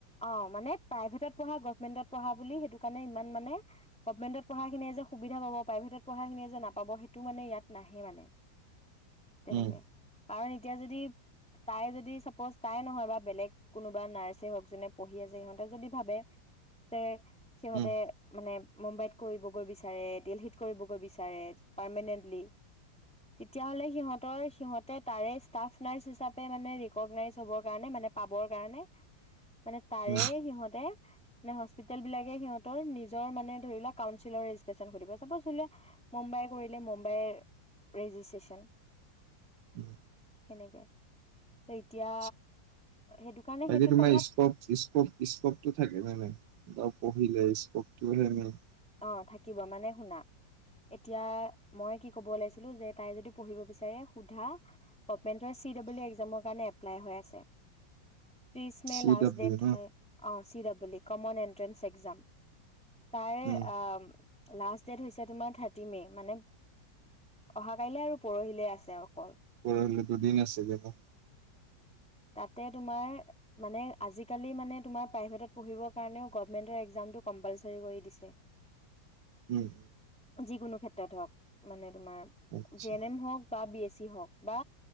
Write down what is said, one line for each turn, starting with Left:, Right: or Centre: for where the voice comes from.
Centre: অ মানে প্ৰাইভেটত পঢ়া গভমেন্টত পঢ়া বুলি সেইটো কাৰণে মান মানে গৱৰ্ণমেন্টত খিনিয়ে যে সুবিধা পাব প্ৰাইভেটত পঢ়া খিনিয়ে যে নাপাব সেইটো মানে ইয়াত নাহে মানে। তেনেকে
Right: উম,
Centre: কাৰণ এতিয়া যদি তাই যদি চাপ'জ তাই নহয় বা বেলেগ কোনোবা নাৰ্ছে হওঁক যোনে পঢ়ি আছে সিহঁতে যদি ভাবে যে সিহঁতে
Right: উম,
Centre: মানে মুম্বাইত কৰিবগৈ বিচাৰে, দিল্লীত কৰিবগৈ বিচাৰে পৰ্মান্তলি। তেতিয়াহলে সিহঁতৰ সিহঁতে তাৰেই ষ্টাফ নাৰ্চ হিচাপে মানে ৰিকগনাইচ হ'ব কাৰণে মানে পাবৰ কাৰণে মানে তাৰে
Right: উম,
Centre: সিহঁতে মানে হস্পিতেল বিলাকে সিহঁতৰ নিজ জৰ মানে‌ ধৰিলোৱা‌ কাউন্সেলৰ ৰেজিষ্ট্ৰন‌ সুধিব, চাপোজ‌ ধৰিলোৱা- মুম্বাই কৰিলে মুম্বাইৰ ৰেজিষ্ট্ৰন
Right: উম
Centre: সেনেকে
Right: <unintelligible>
Centre: ত' এতিয়া সেইটো কাৰণে
Right: বাকী
Centre: সেইটো
Right: তোমাৰ
Centre: প্ৰভাৱ
Right: স্পৰ্ক-স্পৰ্ক-স্পৰ্কটো থাকে নে নাই? আৰু পঢ়িলে স্পৰ্ক <unintelligible>
Centre: অ‌ থাকিব। মানে শুনা, এতিয়া মই কি‌ ক'ব ওলাইছিলো যে তাই যদি পঢ়িব বিছাৰে সুধা, অপেন্তৰ সি দাবল ই একজামৰ কাৰণে অ্যাপ্লাই হৈ আছে। ত্ৰিছ মে
Right: চি
Centre: লাষ্ট
Right: ডাব্লিউ
Centre: ডেট
Right: ন?
Centre: হয় অ C double E common entrance exam. তাইৰ
Right: উম,
Centre: আ লাষ্ট ডেট হৈছে তোমাৰ থাৰ্টি মে মানে, অহা কাইলে আৰু পৰহিলে আছে আৰু।
Right: পৰহিলে দুদিন আছে <unintelligible>
Centre: তাতেই তোমাৰ মানে আজিকালি মানে তোমাৰ প্ৰাইভেটত পঢ়িব কাৰণেও গভৰ্নমেন্টৰ একজামটো কম্পালসৰি। হেৰি কৰি দিছে
Right: উম
Centre: যিকোনো ক্ষেত্ৰত হওক মানে তোমাৰ
Right: আচ্ছা,
Centre: জে এন এম হওঁক বা বি এছ চি যি হওক বা